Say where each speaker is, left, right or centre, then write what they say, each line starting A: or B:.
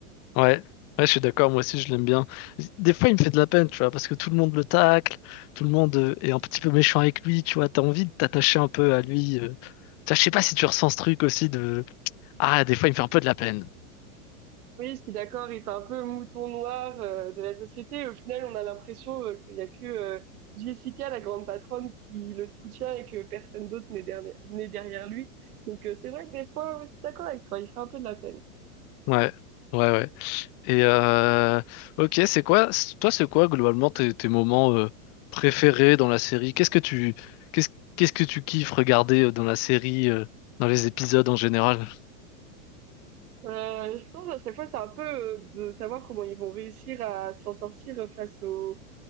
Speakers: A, on the left (about 35°); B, on the right (about 75°).
A: Ouais, ouais, je suis d'accord, moi aussi je l'aime bien. Des fois il me fait de la peine, tu vois, parce que tout le monde le tacle, tout le monde euh, est un petit peu méchant avec lui, tu vois, t'as envie de t'attacher un peu à lui. euh. Tu vois, je sais pas si tu ressens ce truc aussi de... Ah, des fois il me fait un peu de la peine.
B: Oui, je suis d'accord, il fait un peu mouton noir, heu, de la société et au final, on a l'impression, heu, qu'il y a que, heu, Jessica, la grande patronne, qui le soutient et que personne d'autre n'est derni n'est derrière lui. Donc heu, c'est vrai que des fois, oui, je suis d'accord avec toi, il fait un peu de la peine.
A: Ouais, ouais, ouais. Et euh... Ok, c'est quoi, c- toi c'est quoi globalement tes, tes moments euh, préférés dans la série? Qu'est-ce que tu... Qu'est-ce, qu'est-ce que tu kiffes regarder euh, dans la série, euh, dans les épisodes en général?
B: Heu, je pense à chaque fois, c'est un peu, heu, de savoir comment ils vont réussir à s'en sortir, face au